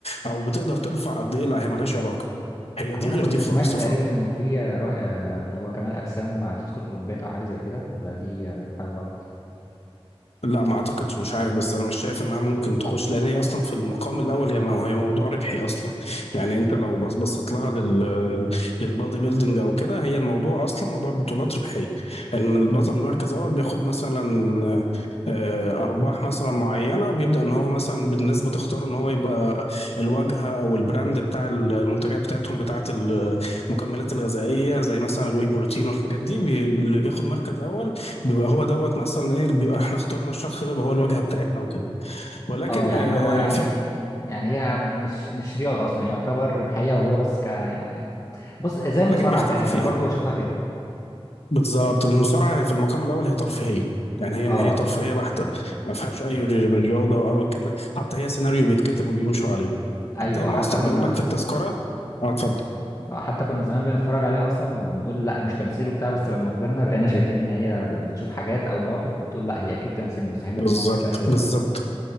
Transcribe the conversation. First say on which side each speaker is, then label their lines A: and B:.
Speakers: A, on the left; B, on the left.
A: او بتقدر ترفع قد ايه لا هي ملهاش علاقه هي
B: هو
A: دي
B: انا
A: غير
B: كنت
A: دي خالص
B: سمعت تقريبا انه في را- آه، اللي هو كمال اجسام هتدخل اولمبياد او حاجة زي كده ولا دي آه، حاجة غلط
A: لا ما اعتقدش مش عارف بس انا مش شايف انها ممكن تخش لان هي اصلا في المقام الاول هي مو- هي موضوع ربحي اصلا يعني انت لو بص- بصيت لها لل للبادي بيلدينج او كده هي الموضوع اصلا موضوع بطولات ربحيه ان البطل المركز الاول بياخد مثلا آه، ارباح مثلا معينه وبيبدا ان هو مثلا بالناس بتختار ان هو يبقى الواجهه او البراند بتاع المنتجات بتاعتهم بتاعه المكملات الغذائيه زي مثلا الواي بروتين والحاجات دي بي- اللي بياخد مركز اول بيبقى هو دوت مثلا ايه بيبقى احنا اخترنا الشخص ده بقى هو الواجهه بتاعتنا وكده ولكن
B: اه يعني
A: آه
B: هو يعني
A: في
B: يعني هي مش مش رياضة أصلا هي يعتبر ربحية وهو بس ك يعني بص زي
A: آه، ولكن
B: المصارعة
A: بيختلفوا
B: تقريبا
A: فيها
B: أنا برضو بشوفها كده
A: بالظبط بالمصارعه هي في المقام الاول هي ترفيهيه يعني هي
B: اه
A: هي ترفيهيه بحته ما فيهاش اي رياضه او الكلام ده حتى هي سيناريو بيتكتب وبيمشوا عليه
B: أيوة
A: حتى هم
B: حتى
A: اصلا
B: كنا
A: بيقول لك في التذكره اه اتفضل
B: آه، حتى كنا زمان بنتفرج عليها أصلا وبنقول لا مش تمثيل وبتاع بس لما كبرنا بقينا شايفين إن هي ب- بنشوف حاجات أو مواقف بتقول لا هي أكيد تمثيل مستحيل
A: بالظبط
B: يكون منطقي أساسا
A: بالظبط